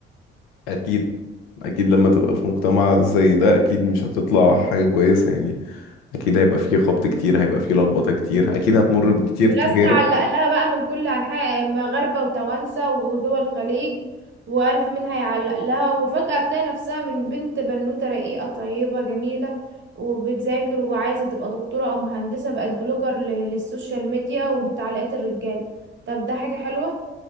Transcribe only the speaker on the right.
وناس
تعلق لها بقى من كل أنحاء مغاربة وتوانسة ودول الخليج وألف منها يعلق لها وفجأة تلاقي نفسها من بنت بنوتة رقيقة طيبة جميلة وبتذاكر وعايزة تبقى دكتورة أو مهندسة بقت بلوجر ل- للسوشيال ميديا وبتعليقات الرجال طب ده حاجة حلوة